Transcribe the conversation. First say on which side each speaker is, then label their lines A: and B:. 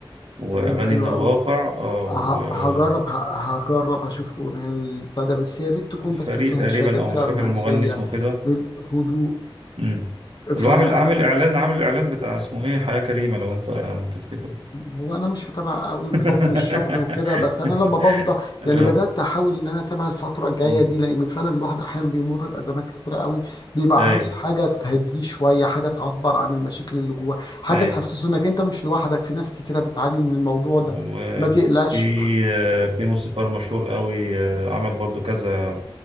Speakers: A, on the right (about 80°); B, on the left (about 50°).
A: واغاني
B: تمام حلو
A: من الواقع
B: قوي
A: آه، و-
B: ه-
A: آه،
B: هجرب ه- هجرب هشوف أغنية البتاع ده بس يا ريت تكون بس
A: فريق
B: فيها
A: تقريبا
B: شجن
A: او
B: فيها
A: مش فاكر
B: رومانسيه
A: المغني اسمه كده
B: هدوء
A: امم اللي
B: فانا
A: هو عامل عامل اعلان عامل اعلان بتاع اسمه ايه حياه كريمه لو انت آه، تفتكر
B: هو انا مش متابع قوي
A: <laughs>
B: بحكم الشغل وكده بس انا لما بفضى
A: اه
B: يعني بدات احاول ان انا اتابع الفتره الجايه
A: أمم.
B: دي لان فعلا الواحد احيانا بيمر بازمات كتيره قوي بيبقى
A: اي
B: عاوز حاجه تهديه شويه حاجه تعبر عن المشاكل اللي جواه حاجه
A: اي
B: تحسسه انك انت مش لوحدك في ناس كتيره بتعاني من الموضوع
A: وفي
B: ده ما تقلقش
A: آه، في موسيقار مشهور قوي آه، عمل برضو كذا